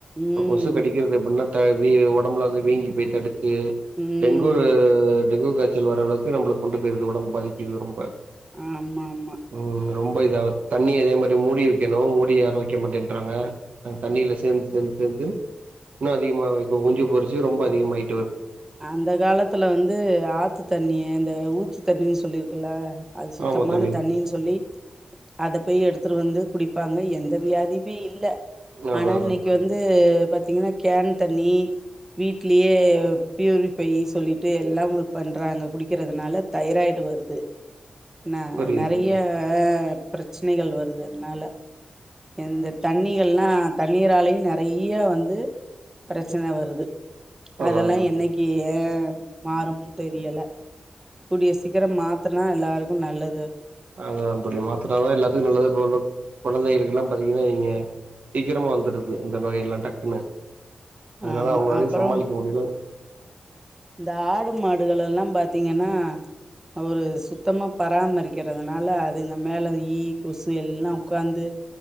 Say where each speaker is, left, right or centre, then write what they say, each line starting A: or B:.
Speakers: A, on the right; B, on the right.
A: ம்
B: கொசு கடிக்கிறது எப்டின்ன <unintelligible> உடம்புல வந்து வீங்கி போய் தடிச்சு
A: ம்
B: டெங்கு டெங்கு காய்ச்சல் வரளவுக்கு நம்மளக் கொண்டு போயிருது உடம்ப பாதிக்குது ரொம்ப
A: ஆமா
B: <unintelligible>
A: ஆமா
B: ரொம்ப இதாது தண்ணி அதே மாரி மூடி வைக்கணு மூடி யாரு வைக்க மாட்டேன்றாங்க தண்ணியில சேந்து சேந்து சேந்து இன்னு அதிகமாக குஞ்சு பொரிச்சு ரொம்ப அதிகமாய்
A: அந்த காலத்துல வந்து ஆத்து தண்ணிய இந்த ஊத்து தண்ணின்னு சொல்லிருக்குல்ல அது சுத்தமான
B: ஆமா தோழி
A: தண்ணின்னு சொல்லி அத போய் எடுத்துட்டு வந்து குடிப்பாங்க எந்த வியாதியுமே இல்ல ஆனா
B: அதா அதா
A: இன்னைக்கு
B: தோழி
A: வந்து பாத்தீங்கனா கேன் தண்ணி வீட்லேயே பியூரிஃபை சொல்லிட்டு எல்லா பண்றாங்க குடிக்கிறதுனால தைராய்டு வருது ந
B: புரியுது
A: நறைய
B: தோழி
A: பிரச்னைகள் வருது அதுனால இந்த தண்ணிகள்லா தண்ணீராலயு நறைய வந்து பிரச்சன வருது
B: அதா
A: அதெல்லா
B: அதா
A: என்னைக்கு
B: தோழி
A: ஏ மாறும்னு தெரியல கூடிய சீக்கிர மாத்துனா எல்லாருக்கு நல்லது அது
B: அதா தோழி மாத்துனாதா எல்லாத்துக்கு நல்லது இப்ப உள்ள கொழந்தைகளுக்கு எல்லா பாத்திங்கனா இங்க சீக்கிரமா வந்துருது இந்த நோய் எல்லா டக்குனு அதனால
A: ஆமா
B: அவங்களாலயு
A: அப்பறோ
B: சமாளிக்க முடில
A: இந்த ஆடு மாடுகளெல்லா பாத்திங்கனா ஒரு சுத்தமா பராமரிக்கிறதுனால அதுங்க மேல ஈ கொசு எல்லா உக்காந்து